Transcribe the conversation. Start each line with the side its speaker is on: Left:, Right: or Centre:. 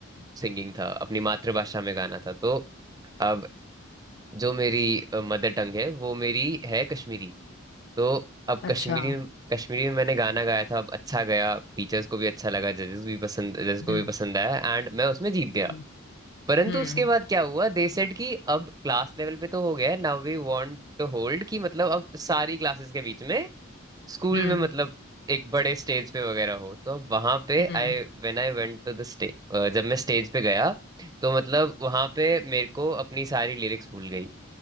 Right: सिंगिंग था अपनी मातृभाषा में गाना था तो अब जो मेरी मदर टंग है वो मेरी है कश्मीरी तो अब
Left: अच्छा
Right: कश्मीरी कश्मीरी में मैंने गाना गाया था अब अच्छा गया टीचर्स को भी अच्छा लगा जजेस भी पसंद जजेस को
Left: हम्म
Right: भी पसंद आया एंड मैं उसमें जीत गया
Left: हम्म
Right: परंतु
Left: हम्म
Right: उसके बाद क्या हुआ दे सेड कि अब क्लास लेवल पे तो हो गया है now we want to hold कि मतलब अब सारी क्लासेस के बीच में स्कूल
Left: हम्म
Right: में मतलब एक बड़े स्टेज पे वगैरह हो तो अब वहां पे
Left: हम्म
Right: I when I went to the stage जब मैं स्टेज पे गया तो मतलब वहां पे मेरे को अपनी सारी लिरिक्स भूल गई